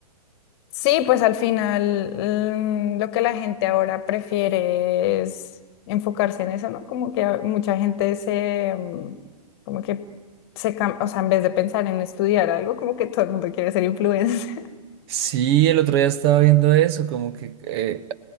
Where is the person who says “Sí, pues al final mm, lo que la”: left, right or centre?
Left